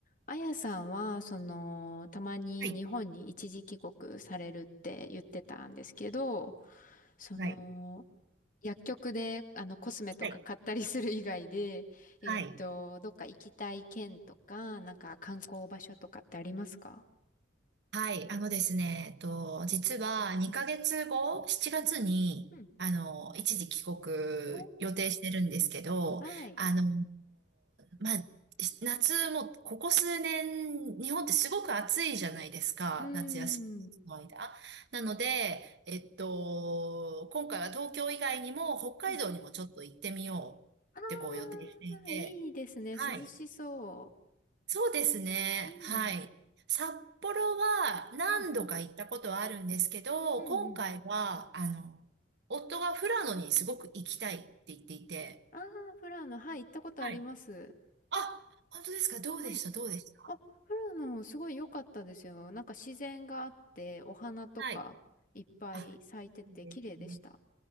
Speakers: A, on the left (about 45°); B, on the right (about 60°).
A: あやさんは、その、たまに日本に一時帰国されるって言ってたんですけど、
B: はい。
A: その、
B: はい。
A: 薬局で、あの、コスメとか買ったりする以外で、
B: はい。
A: えっと、
B: はい。
A: どっか行きたい県とか、なんか観光場所とかってありますか
B: はい、あのですね、えっと、実は2ヶ月後、
A: うん
B: 7月に、
A: うんうん
B: あの、一時帰国予定してるんですけど、
A: おーはい。
B: あの、まあ、し夏も、ここ数年、日本ってすごく暑いじゃないですか、
A: うーん。
B: 夏休みの間。なので、えっと、今回は東京以外にも北海道にもちょっと行ってみようってこう予定していて、
A: はい。ああ、いいですね。
B: はい。
A: 涼しそ
B: そうですね。
A: う。うん。
B: はい。札幌は何度か行ったことはあるんですけど、
A: うん。うんうん。
B: 今回は、あの、夫が富良野にすごく行きたいって言っていて。
A: ああ、フラノ、はい、行ったことあります。
B: はい。あ、本当ですかどうでしたどうでした
A: はいあ、富良野すごい良かったですよ。なんか自然があって、お花とかいっぱい咲いてて綺麗でした。
B: はい。あ、いいですね。